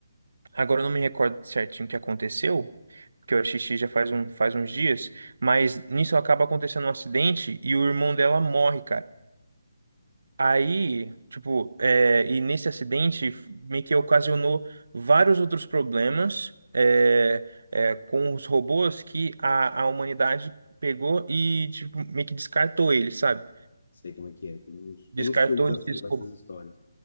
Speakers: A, on the right (about 80°); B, on the left (about 50°).
A: Agora eu não me recordo certinho o que aconteceu, porque eu assisti já faz, um, faz uns dias, mas nisso acaba acontecendo um acidente e o irmão dela morre, cara. Aí, tipo, é, e nesse acidente meio que ocasionou vários outros problemas é, é, com os robôs que a, a humanidade pegou e, tipo, meio que descartou eles, sabe?
B: Sei como é que é, tem uns,
A: Descartou
B: tem uns filmes
A: esses
B: assim com
A: robôs.
B: essas histórias.